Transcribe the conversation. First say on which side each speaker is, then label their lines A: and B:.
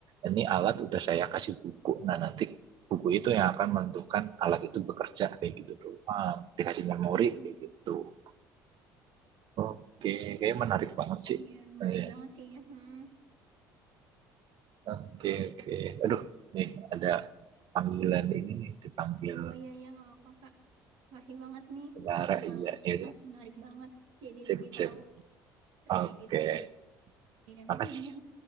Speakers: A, on the right (about 55°); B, on the right (about 70°).
A: ini alat udah saya kasih buku, nah nanti buku itu yang akan menentukan alat itu bekerja kayak gitu doang, dikasih memori
B: Mhm.
A: kayak gitu. Oke, kayaknya menarik banget sih.
B: Iya, menarik
A: Iya.
B: banget sih ya. Mhm.
A: Oke, oke. Aduh, nih ada panggilan ini nih, dipanggil
B: Oh iya, iya, nggak apa-apa, Kak. Makasih banget nih
A: Tiara.
B: informasinya.
A: Iya, iya.
B: Menarik banget. Jadi
A: Sip,
B: lebih
A: sip.
B: tahu terkait
A: Oke.
B: detail ini dan
A: Makasih.
B: lainnya.